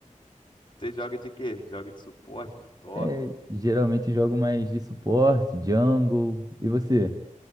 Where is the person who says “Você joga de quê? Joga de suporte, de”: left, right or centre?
Left